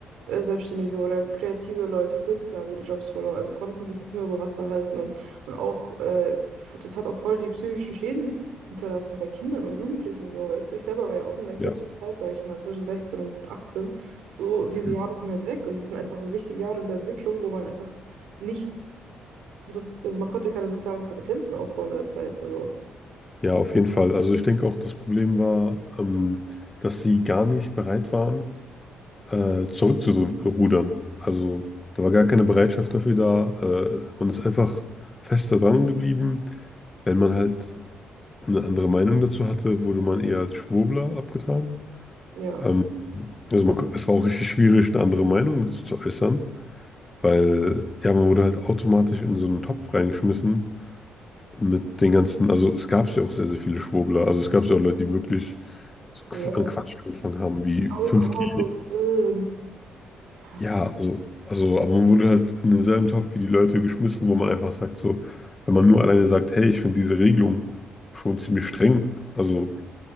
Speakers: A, on the right; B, on the left.
A: äh, Selbstständige oder kreative Leute, Künstler haben ihre Jobs verloren, also konnten sich nicht mehr über Wasser halten und, und auch, äh, f- das hat auch voll die psychischen Schäden hinterlassen bei Kindern und Jugendlichen und so. Weißt? du. Ich selber war ja auch in der kritischen
B: ja,
A: Zeit, sage ich mal, zwischen 16 und 18. So, diese
B: hm.
A: Jahre sind halt weg und das sind einfach wichtige Jahre in der Entwicklung, wo man einfach nicht so, also man konnte keine sozialen Kompetenzen aufbauen in der Zeit. Also
B: ja, auf jeden Fall. Also ich denke auch, das Problem war, ähm, dass sie gar nicht bereit waren, äh, zurückzurudern. Also da war gar keine Bereitschaft dafür da. Äh, man ist einfach fester dran geblieben. Wenn man halt eine andere Meinung dazu hatte, wurde man eher als Schwurbler abgetan.
A: Ja,
B: Ähm, also man, es war auch richtig schwierig, eine andere Meinung dazu zu äußern, weil ja, man wurde halt automatisch in so einen Topf reingeschmissen mit den ganzen, also es gab ja auch sehr, sehr viele Schwurbler. Also es gab ja auch Leute, die wirklich so
A: ja.
B: Qu- an Quatsch angefangen haben, wie
A: Maulkorb
B: fünf g
A: und, äh, und ja,
B: Ja, also, also, aber man wurde halt in denselben Topf wie die Leute geschmissen, wo man einfach sagt, so, wenn man nur alleine sagt, hey, ich finde diese Regelung schon ziemlich streng. Also,